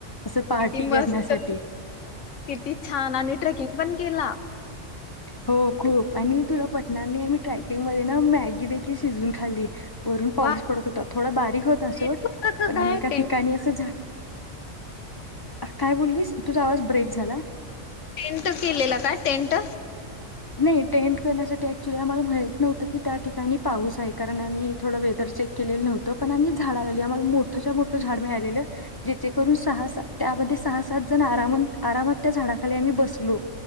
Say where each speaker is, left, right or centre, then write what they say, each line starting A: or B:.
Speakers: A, on the left; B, on the left.
A: असं पार्टी
B: किती मस्त,
A: करण्यासाठी
B: किती छान आणि ट्रेकिंग पण केला.
A: हो खूप आणि तुला पटणार नाही मी ट्रॅकिंग मध्ये ना मॅगी देखील शिजवून खाल्ली. वरून पाऊस
B: वा
A: पडत होता थोडा बारीक होता सोड,
B: टेंट होता का
A: पण
B: काय
A: आम्ही एका
B: टेंट
A: ठिकाणी असं झाल, काय बोललीस तुझा आवाज ब्रेक झाला.
B: टेंट केलेला काय टेंट
A: नाही टेंट करण्यासाठी ऍक्च्युली आम्हाला माहित नव्हत की त्या ठिकाणी पाऊस आहे कारण आम्ही थोडं वेदर चेक केलेलं नव्हतं पण आम्ही झाड आली आम्हाला मोठ मोठ झाड मीळालेलं. जीथे करून सहा स त्यामध्ये सहा सात जण आरामात त्या झाडाकडे आम्ही बसलो.